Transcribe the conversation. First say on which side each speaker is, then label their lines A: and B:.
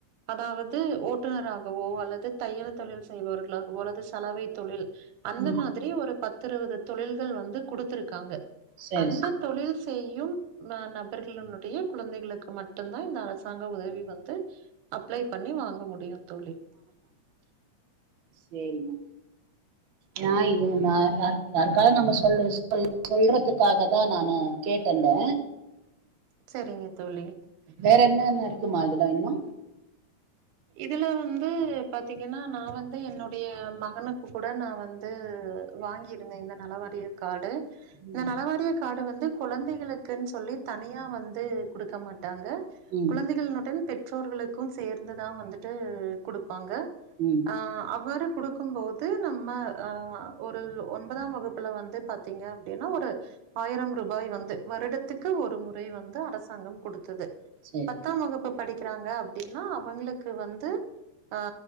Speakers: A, on the right; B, on the right.
A: அதாவது ஓட்டுநராகவோ அல்லது தையல் தொழில் செய்பவர்களாகவோ அல்லது சலவை தொழில் அந்த
B: ம்
A: மாதிரி ஒரு பத்து இருவது தொழில்கள் வந்து குடுத்துருக்காங்க
B: சரி
A: அந்த
B: சரி
A: தொழில் செய்யும் ம நபர்களுன் உடைய கொழந்தைகளுக்கு மட்டு தா இந்த அரசாங்க உதவி வந்து அப்ளை பண்ணி வாங்க முடியு தோழி
B: சேரிமா யா இது நா யாருக் யாருக்காவது நம்ம சொல்ல சொ சொல்றதுக்காக தா நானு கேட்டன்ட
A: செரிங்க தோழி
B: வேற என்னென்ன இருக்குமா அதுல இன்னு
A: இதுல வந்து பாத்தீங்கன்னா நா வந்து என்னுடைய மகனுக் கு கூட நா வந்து வாங்கியிருந்தே இந்த நலவாரிய கார்டு
B: ம்,
A: இந்த நலவாரிய கார்டு வந்து கொழந்தைகளுக்குன் சொல்லி தனியா வந்து குடுக்க மாட்டாங்க
B: ம்
A: கொழந்தைகளுடன் பெற்றோர்களுக்கு சேர்ந்து தா வந்துட்டு குடுப்பாங்க
B: ம்
A: ஆ அவ்வாறு குடுக்கும் போது நம்ம ஆ ஒரு ஒன்பதாம் வகுப்புல வந்து பா த்தீங்க அப்டின்னா ஒரு ஆயிரம் ரூபாய் வந்து வருடத்துக்கு ஒரு முறை வந்து அரசாங்கம் குடுத்தது
B: சரி
A: பத்தாம் வகுப்பு படிக்கிறாங்க அப்டின்னா அவங்களுக்கு வந்து ஆ